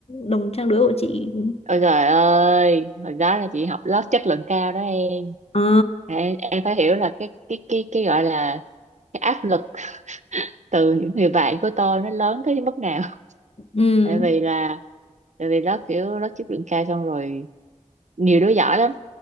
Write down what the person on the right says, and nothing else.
ôi trời ơi hồi đó là chị học lớp chất lượng cao đó em
em, em phải hiểu là cái cái cái cái gọi là cái áp lực <laughs> từ những người bạn của tôi nó lớn tới mức nào
<laughs> tại vì là tại vì lớp kiểu lớp chất lượng cao xong rồi nhiều đứa giỏi lắm